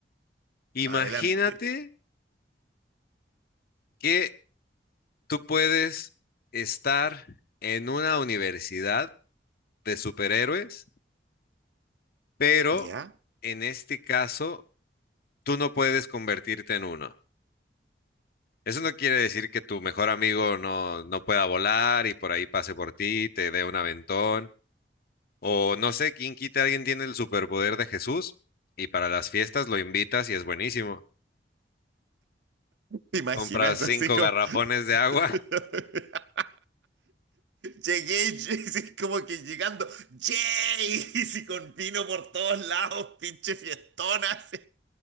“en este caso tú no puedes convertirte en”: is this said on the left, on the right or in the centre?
Left